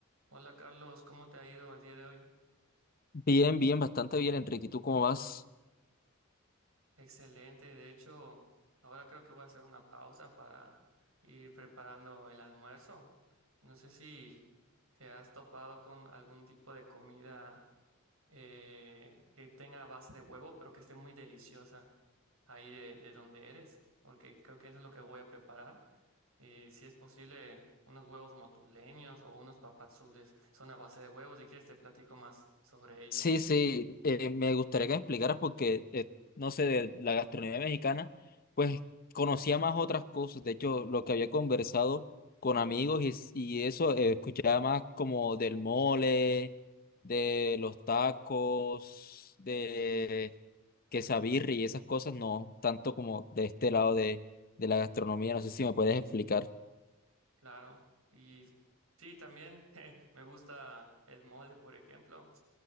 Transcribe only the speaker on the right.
Hola Carlos, ¿cómo te ha ido el día de hoy?
Excelente, de hecho, ahora creo que voy a hacer una pausa para ir preparando el almuerzo. No sé si te has topado con algún tipo de comida eh, que tenga base de huevo, pero que esté muy deliciosa ahí de, de donde eres, porque creo que eso es lo que voy a preparar. Y si es posible, unos huevos motuleños o unos papazules son a base de huevos. Si quieres, te platico más sobre ellos.
Claro, y sí, también <laughs> je, me gusta el mole, por ejemplo,